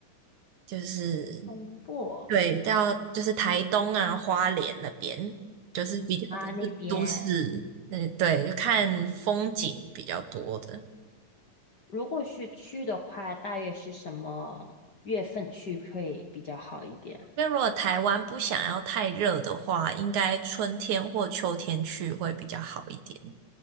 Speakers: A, on the right; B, on the left.
A: 就是
B: 东部
A: 对，到就是台东啊、花莲那边，就是比较不是都市，
B: 啊那边，
A: 嗯，对，就看风景比较多的。
B: 如果是去的话，大约是什么月份去会比较好一点？
A: 因为如果台湾不想要太热的话，应该春天或秋天去会比较好一点。